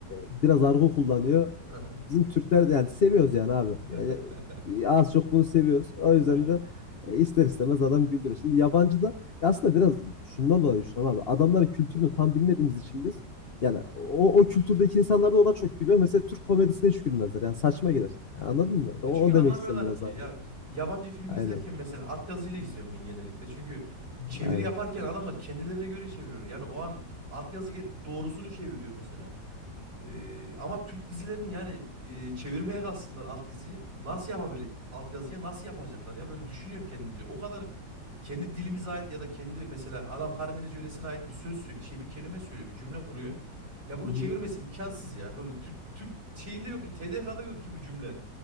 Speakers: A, on the left; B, on the right.
A: e, biraz argo kullanıyor. E,
B: Aha.
A: Bizim Türkler de yani seviyoruz yani abi.
B: <laughs>
A: Yani e, az çok bunu seviyoruz. O yüzden
B: Aynen.
A: de e, ister istemez adam güldürüyor. Şimdi yabancı da ya aslında biraz şundan dolayı düşünüyorum abi. Adamların kültürünü tam bilmediğimiz için biz yani o, o kültürdeki insanlar da ona çok gülüyor. Mesela Türk komedisine hiç gülmezler. Yani saçma gelir. Yani anladın
B: Evet.
A: mı?
B: E
A: O,
B: çünkü
A: o
B: anlamıyorlar
A: demek istiyorum biraz
B: ki. Ya
A: abi.
B: yabancı film
A: Aynen,
B: izlerken mesela altyazıyla izliyorum ben genellikle. Çünkü çeviri
A: aynen.
B: yaparken adamlar kendilerine göre çeviriyor. Yani o an altyazı get- doğrusunu çeviriyor mesela. E, ama Türk dizilerini yani e, çevirmeye kalsınlar alt diziyi. Nasıl yapabilir? Altyazıya nasıl yapacaklar ya? Böyle düşünüyorum kendimce. O kadar kendi dilimize ait ya da kendi mesela adam Karadeniz yöresine ait bir söz söylüyor, şey bir kelime söylüyor, bir cümle kuruyor. Ya bunu
A: <laughs>
B: çevirmesi imkansız ya. Bunu Türk Türk şeyinde yok ki, TDK'da yok ki bu cümle.